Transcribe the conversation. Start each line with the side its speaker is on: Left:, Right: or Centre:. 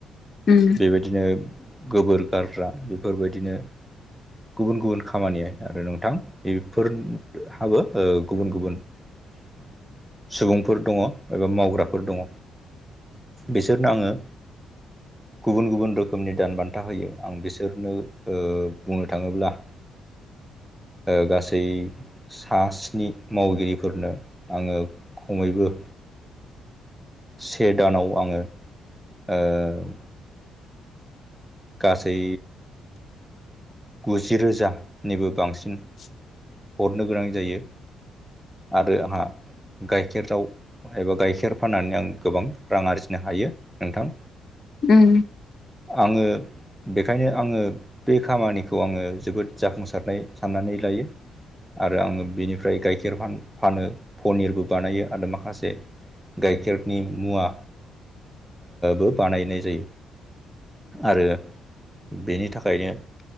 Left: उम
Centre: बेबायदिनो गोबोर गारग्रा बेफोरबायदिनो गुबुन-गुबुन खामानिय आरो नोंथां बेफोरहाबो गुबुन- गुबुन <inaudible> सुबुंफोर दङ एबा मावग्राफोर दङ बिसोरनो आङो गुबुन-गुबुन रोखोमनि दान बान्था होयो आं बिसोरनो बुंनो थाङोब्ला गासै सा स्नि मावगिरिफोरनो आङो खमैबो से दानाव आङो ओ गासै गुजि रोजानिबो बांसिन
Left: <inaudible>
Centre: हरनो गोनां जायो आरो आंहा गाइखेराव एबा गाइखेर फाननानै आं गोबां रां आरजिनो हायो नोंथां।
Left: उम
Centre: आङो बेखायनो आङो बे खामानिखौ आङो जोबोद जाफुंसारनाय साननानै लायो। आरो आङो बेनिफ्राय गाइखेर फानो पनिरबो बानायो आरो माखासे गाइखेरनि मुवा बो बानायनाय जायो। आरो बेनि थाखायनो